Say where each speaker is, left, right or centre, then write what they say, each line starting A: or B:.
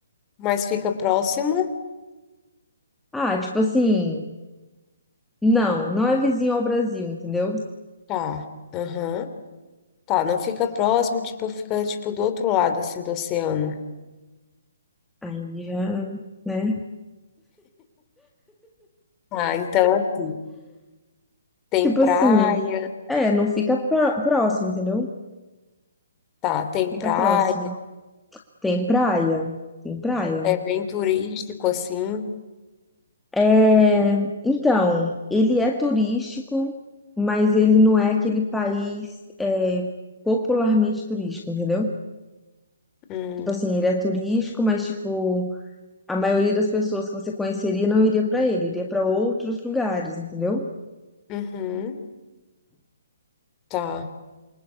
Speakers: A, on the left; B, in the centre.
A: Mas fica próximo?
B: Ah, tipo assim, não, não é vizinho ao Brasil, entendeu?
A: Tá, aham. Tá, não fica próximo, tipo, fica, tipo, do outro lado, assim, do oceano.
B: Aí já, né?
A: Ah, então, assim, tem
B: Tipo
A: praia,
B: assim, é, não fica pró- próximo, entendeu?
A: tá, tem
B: Fica
A: praia,
B: próximo. Tem praia? Tem praia?
A: é bem turístico, assim.
B: É, então, ele é turístico, mas ele não é aquele país é, popularmente turístico, entendeu?
A: Hum,
B: Tipo assim, ele é turístico, mas tipo, a maioria das pessoas que você conheceria não iria pra ele, iria pra outros lugares, entendeu?
A: uhum, tá.